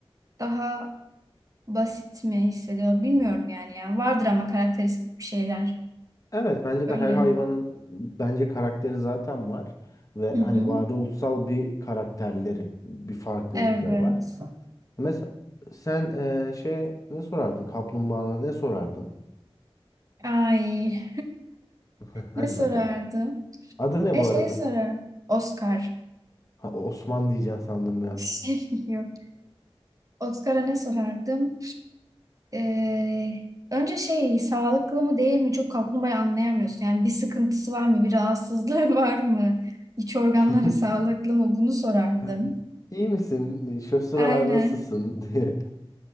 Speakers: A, on the right (about 35°); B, on the left (about 35°).
A: daha basit mi hissediyor? Bilmiyorum yani ya. Vardır ama karakteristik bir şeyler.
B: Evet bence
A: Öyle.
B: de her hayvanın bence karakteri zaten var ve
A: Hı hı.
B: hani varoluşsal bir karakterleri, bir farklılıkları
A: Evet.
B: var. Mesela sen e, şey ne sorardın? Kaplumbağana ne sorardın?
A: Ay
B: <laughs> Hadi
A: ne sorardım?
B: bakalım. Adı ne
A: Ne
B: bu
A: şey
B: arada?
A: sorar? Oscar.
B: Ha, Osman diyeceksin sandım
A: <laughs> Yok. Oscar'a ne sorardım? Ee, önce şey sağlıklı mı değil mi çok kaplumbağayı anlayamıyorsun. Yani bir sıkıntısı var mı, bir rahatsızlığı <laughs> var mı, iç organları
B: ben.
A: sağlıklı mı bunu sorardım.
B: <laughs> İyi misin? Şu sıralar
A: Aynen,
B: nasılsın <laughs> diye.